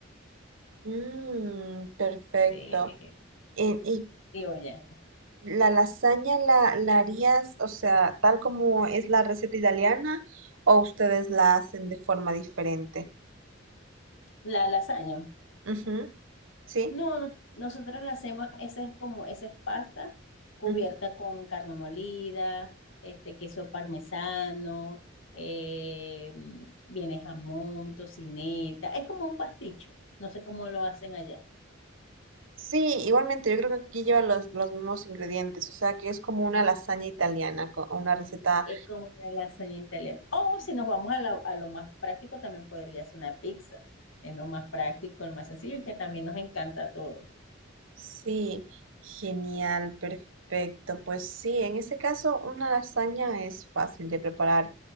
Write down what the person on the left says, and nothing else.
este,
digo ya,
la lasaña.
No, nos- nosotros la hacemos, esa es como, esa es pasta cubierta
con carne molida, este queso parmesano, eh, viene jamón, tocineta, es como un pasticho, no sé cómo lo hacen allá,
es como una lasaña italiana. O si nos vamos a, la- a lo más práctico, también podría ser una pizza, es lo más práctico, lo más sencillo y que también nos encanta todo.